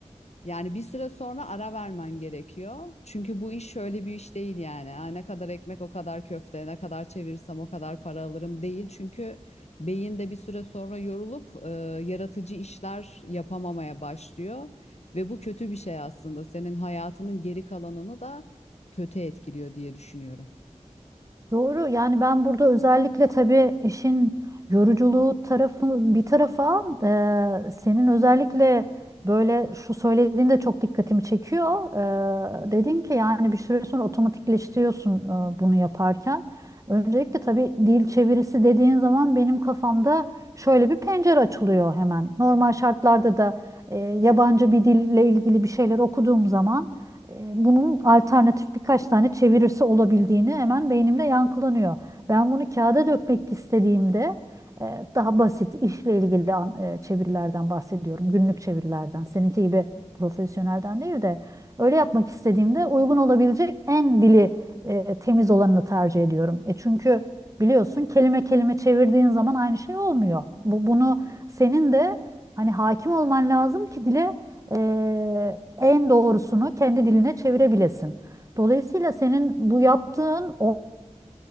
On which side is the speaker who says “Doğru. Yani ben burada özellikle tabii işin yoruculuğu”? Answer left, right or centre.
Right